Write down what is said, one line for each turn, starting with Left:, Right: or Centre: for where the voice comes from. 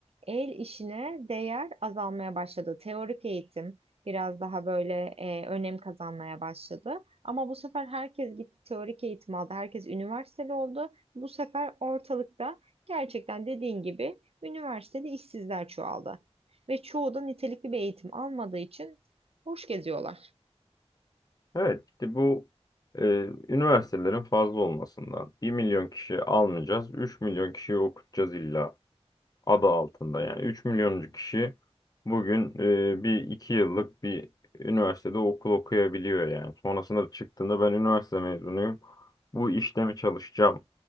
Right: el işine değer azalmaya başladı. Teorik eğitim biraz daha böyle e, önem kazanmaya başladı. Ama bu sefer herkes gitti teorik eğitim aldı. Herkes üniversiteli oldu. Bu sefer ortalıkta gerçekten dediğin gibi üniversitede işsizler çoğaldı. Ve çoğu da nitelikli bir eğitim almadığı için Hoş geziyorlar.
Left: Evet işte bu e, üniversitelerin fazla olmasından bir milyon kişi almayacağız, 3 milyon kişiyi okutacağız illa. adı altında. Yani 3 milyoncu kişi bugün e, bir 2 yıllık bir üniversitede okul okuyabiliyor yani. Sonrasında çıktığında ben üniversite mezunuyum. Bu işte mi çalışacağım